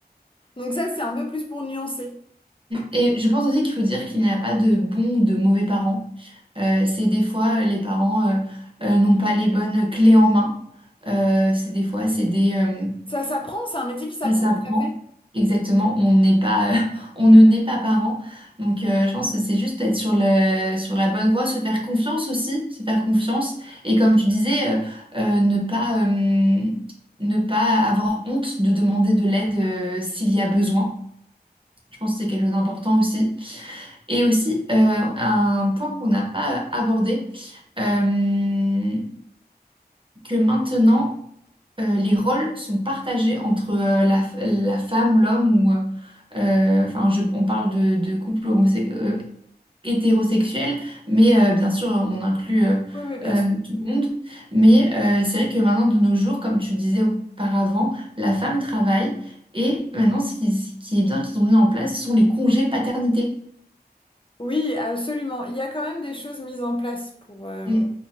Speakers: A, on the left; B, on the right.
A: Donc ça, c'est un peu plus pour nuancer.
B: Et je pense aussi qu'il faut dire qu'il n'y a pas de bons ou de mauvais parents. Euh, c'est des fois euh, les parents euh, euh, n'ont pas les bonnes clés en main. Euh, c'est des fois c'est des euh,
A: Ça s'apprend, c'est un métier qui s'apprend,
B: ça s'apprend.
A: tout à fait.
B: Exactement, on n'est pas <laughs> on ne naît pas parent. Donc euh, je pense que c'est juste être sur le sur la bonne voie, se faire confiance aussi, se faire confiance et comme tu disais euh, euh, ne pas euh, ne pas avoir honte de demander de l'aide euh, s'il y a besoin. Je pense que c'est quelque chose d'important aussi. Et aussi, euh, un point qu'on n'a pas euh, abordé, euh, que maintenant, euh, les rôles sont partagés entre euh, la, f- la femme, l'homme, ou... euh, euh, Enfin, je- on parle de, de couple homose- euh, hétérosexuel, mais euh, bien sûr, on inclut euh,
A: Oui, oui, bien
B: euh,
A: sûr.
B: tout le monde. Mais euh, c'est vrai que maintenant, de nos jours, comme tu disais auparavant, la femme travaille. Et maintenant, ce qui, ce qui est bien qu'ils ont mis en place, ce sont les congés paternité.
A: Oui, absolument. Il y a quand même des choses mises en place pour... euh,
B: et-